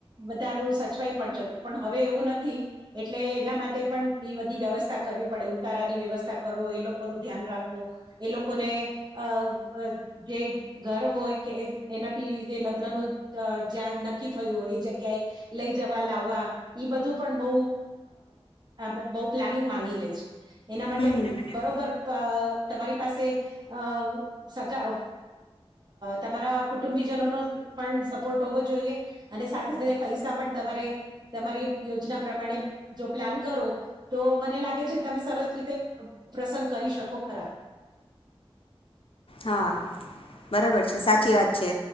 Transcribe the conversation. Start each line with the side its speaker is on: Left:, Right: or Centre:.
Right: બધાનું સચવાઈ પણ જતું પણ હવે એવું નથી એટલે એના માટે પણ એ બધી વ્યવસ્થા કરવી પડે ઉતારાની વ્યવસ્થા કરો એ લોકોનું ધ્યાન રાખો એ લોકોને અ જે ઘર હોય કે એનાથી જે લગ્ન ન જ્યાં નક્કી થયું હોય એ જગ્યા જ્યા લઈ જવા લાવવા ઈ બધું પણ બહ અ બહ પ્લાનિંગ માંગી લે છે. એના માટે
Left: હમ
Right: બરોબર. અ તમારી પાસે અ સગા તમારા કુટુંબીજનો નો પણ સપોર્ટ હોવો જોઈએ અને સા પૈસા પણ તમારે તમારી યોજના પ્રમાણે જો પ્લાન કરો તો મને લાગે છે તમે સરસ રીતે પ્રસંગ કરી શકો ખરા.
Left: હા બરાબર છે સાચી વાત. છે